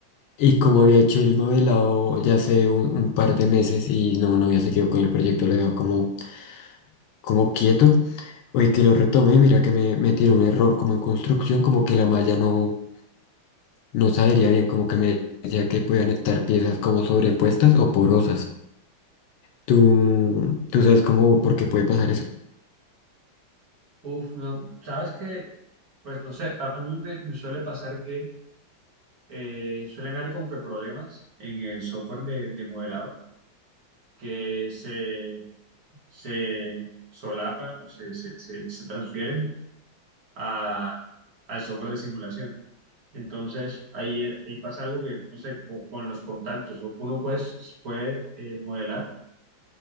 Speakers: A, on the left; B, on the right.
A: Y como había hecho el modelado ya hace un, un par de meses y no, no había seguido con el proyecto, lo dejó como, como quieto. Hoy que lo retomé, mira que me, me tiró un error como en construcción, como que la malla no. No sabería bien, como que me decía que podían estar piezas como sobrepuestas o porosas. ¿Tú, tú sabes cómo, por qué puede pasar eso?
B: Uf, no, ¿sabes que Pues no sé, a, a mí me, me suele pasar que eh, suelen haber como que problemas en el software de, de modelado que se, se solapan o se, se, se, se transfieren a, al software de simulación. Entonces, ahí, ahí pasa algo que, no sé, con, con los contactos, o uno pues, puede eh, modelar